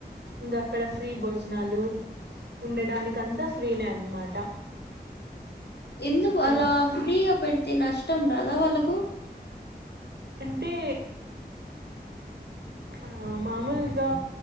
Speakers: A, on the right; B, on the left.
A: ఇంకా అక్కడ ఫ్రీ భోజనాలు ఉండడానికి అంతా ఫ్రీనే అనమాట
B: ఎందుకు
A: అన్
B: అలా ఫ్రీగా పెడితే నష్టం రాదా వాళ్ళకు
A: అంటే ఆ మామూల్ ఇకా